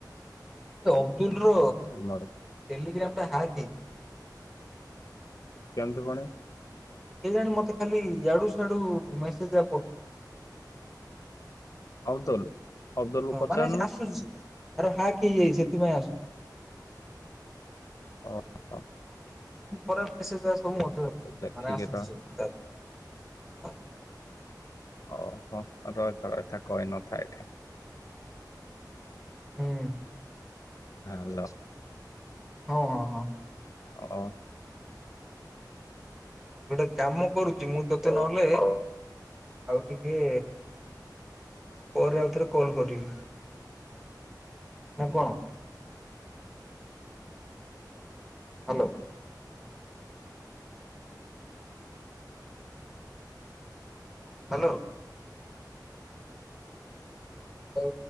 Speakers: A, in the centre; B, on the left.
A: ଅବଦୁଲ ର
B: ଆମର
A: ଟେଲିିଗ୍ରାମ ଟା ହାକ ହୋଇଛି।
B: କେମତି କଣେ
A: କେ ଜାଣି ମତେ ଖାଲି ଏୟାଡୁ ସେଡୁ ମେସେଜା ପଠଉ
B: ଅବଦୁଲ ଅବଦୁଲକୁ
A: ହଁ
B: ପଚାରୁନୁ
A: ମାନେ ଆସୁଛି ଆରେ ହାକ ହେଇଯାଇଛି ସେଥିପାଇଁ ଆସୁଛି।
B: ଓ ହୋ।
A: ସବୁ ଖରାପ ମେସେଜ ସବୁ ମତେ
B: ଦେଖିକି
A: ମାନେ ଆସୁଛି
B: ର
A: ସବୁ। ହ
B: ଓ ହୋ ରଇଥା ରଇଥା କହି ନଥା ଏଠି।
A: ହୁଁ।
B: ହ୍ୟାଲୋ।
A: ହଁ ହଁ ହଁ।
B: ହ।
A: ଗୋଟେ କାମ କରୁଛି ମୁଁ ତତେ ନହେଲେ ଆଉ ଟିକେ ପରେ ଆଉଥରେ କଲ୍ କରିବି। ନା କଣ? ହ୍ୟାଲୋ। ହ୍ୟାଲୋ। ହଉ।